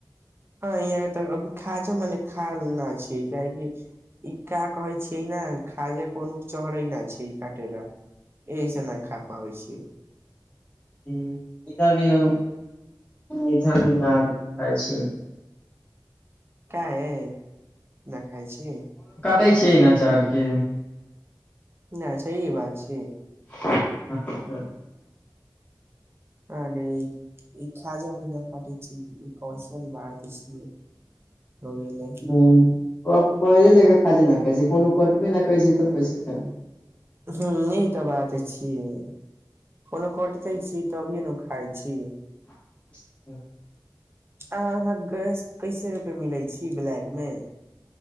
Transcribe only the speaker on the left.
हँ इधर भी अब इधर भी न खाइ छी। <unintelligible>
पढ़ै छै न आचार के?
<unintelligible>
ह त पहिले ले के खाजा ना खाय छी। कोनो कटबे ना करै छी। तऽ कैसे खाइब?
<unintelligible>